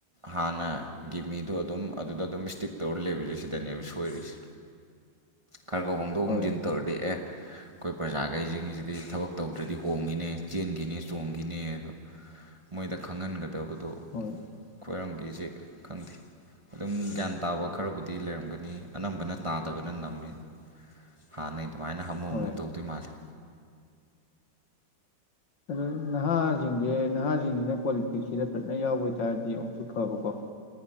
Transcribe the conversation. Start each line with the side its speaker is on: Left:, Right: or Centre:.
Right: ꯍꯥꯟꯅꯒꯤ ꯃꯤꯗꯣ ꯑꯗꯨꯝ ꯑꯗꯨꯗ ꯑꯗꯨꯝ ꯏꯁꯇꯤꯛ ꯇꯧꯔ ꯂꯩꯕꯁꯦ ꯁꯤꯗꯅꯦꯕ ꯁꯣꯏꯔꯤꯁꯦ ꯈꯔꯒꯥꯎ ꯍꯣꯡꯗꯣꯛ
Left: ꯍꯣꯏ
Right: ꯍꯣꯡꯖꯤꯟ ꯗꯦꯛ ꯑꯦ ꯑꯩꯈꯣꯏ ꯄ꯭ꯔꯖꯥꯈꯩꯁꯤꯡꯁꯤꯗꯤ ꯊꯕꯛ ꯇꯧ ꯑꯗꯨ꯭ꯔꯗꯤ ꯍꯣꯡꯉꯤꯅꯦ ꯆꯦꯟꯈꯤꯅꯤ ꯆꯣꯡꯈꯤꯅꯦ ꯑꯗꯣ ꯃꯣꯏꯗ ꯈꯪꯍꯟꯒꯗꯕꯗ ꯑꯗꯣ
Left: ꯍꯣꯏ
Right: ꯈ꯭ꯋꯥꯏꯔꯝꯒꯤꯁꯦ ꯈꯪꯗꯦ ꯑꯗꯨꯝ ꯒ꯭ꯌꯥꯟ ꯇꯥꯕ ꯈꯔꯕꯨꯗꯤ ꯂꯩꯔꯝꯒꯅꯤ ꯑꯅꯝꯕꯅ ꯇꯥꯗꯕꯅ ꯅꯝꯃꯤ ꯍꯥ ꯅ ꯑꯗꯨꯃꯥꯏꯅ ꯍꯥꯃꯨ
Left: ꯍꯣꯏ
Right: ꯍꯥꯃꯨ ꯇꯧꯗꯣꯏ ꯃꯥꯜꯂꯦ
Left: ꯑꯗꯣ ꯅꯍꯥꯁꯤꯡꯁꯦ ꯅꯍꯥꯁꯤꯡꯁꯤꯅ ꯄꯣꯂꯤꯇꯤꯛꯁꯁꯤꯗ ꯐꯖꯅ ꯌꯥꯎꯕ ꯆꯥꯔꯗꯤ ꯑꯃꯨꯛꯁꯨ ꯐꯕꯀꯣ